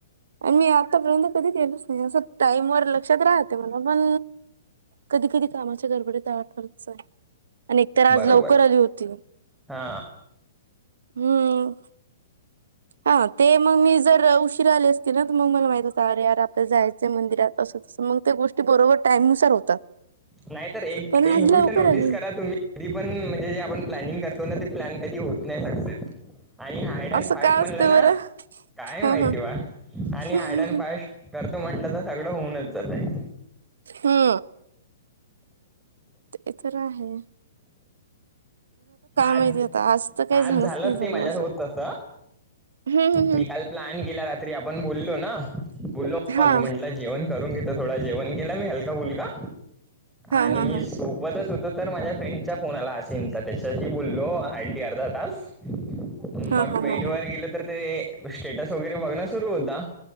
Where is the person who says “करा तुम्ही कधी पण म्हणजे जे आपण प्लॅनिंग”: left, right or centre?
Centre